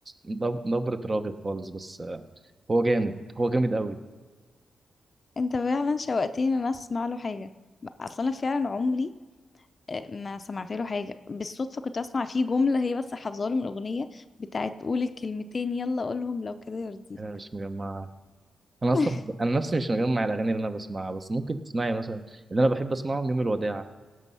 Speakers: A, on the right; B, on the left.
A: نب- نبره راغب خالص بس آه هو جامد هو جامد قوي
B: انت فعلا شوقتني ان انا اسمع له حاجه اصلا انا فعلا عمري آه، ما سمعت له حاجه بالصدفه كنت اسمع فيه جمله هي بس حافظاها له من اغنيه بتاعت قولي كلمتين يلا قولهم لو كده يرضيك
A: انا مش مجمعها انا اصلا
B: <laughs>
A: انا نفسي مش مجمع الاغاني اللي انا بسمعها بس ممكن تسمعي مثلا اللي انا بحب اسمعهم يوم الوداع